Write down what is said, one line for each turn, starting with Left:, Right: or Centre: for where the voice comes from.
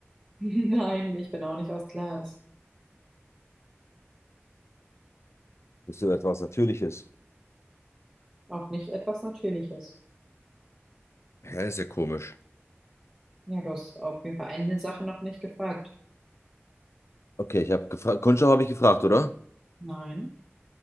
Right: <laughs> Nein, ich bin auch nicht aus Glas.
Left: Bist du etwas Natürliches?
Right: Auch nicht etwas Natürliches.
Left: Hä, ist ja komisch.
Right: Ja, du hast auf jeden Fall eine Sache noch nicht gefragt.
Left: Okay, ich habe gefragt. Kunststoff habe ich gefragt, oder?
Right: Nein.